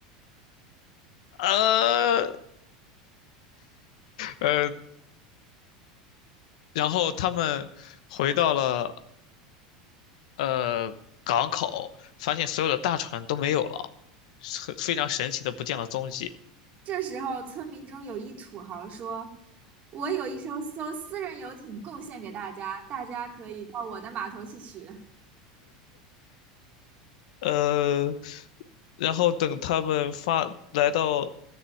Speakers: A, on the left (about 75°); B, on the right (about 40°).
A: 呃呃，然后他们回到了呃港口，发现所有的大船都没有了，很非常神奇的不见了踪迹。
B: 这时候，村民中有一土豪说：“我有一艘艘私人游艇贡献给大家，大家可以到我的码头去取。”
A: 呃，然后等他们发来到，